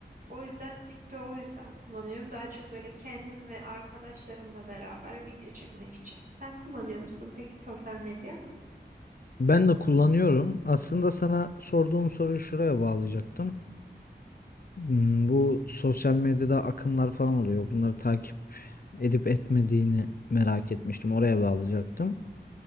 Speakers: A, on the right; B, on the left.
A: o yüzden TikTok'u o yüzden kullanıyorum. Daha çok böyle kendim ve arkadaşlarımla beraber video çekmek için. Sen kullanıyor musun peki sosyal medya?
B: Ben de kullanıyorum. Aslında sana sorduğum soruyu şuraya bağlayacaktım. Hmm, Bu sosyal medyada akımlar falan oluyor. Bunları takip edip etmediğini merak etmiştim. Oraya bağlayacaktım.